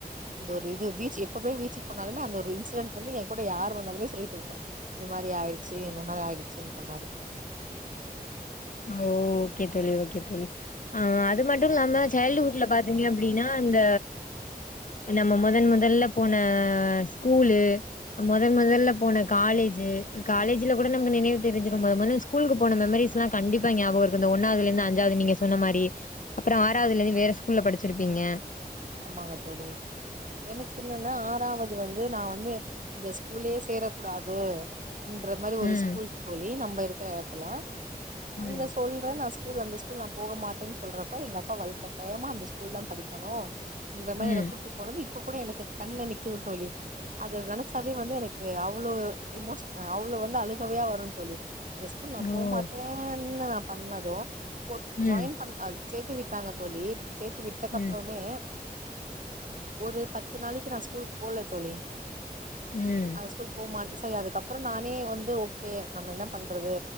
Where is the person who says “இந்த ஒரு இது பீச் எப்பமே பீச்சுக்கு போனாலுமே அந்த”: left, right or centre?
Right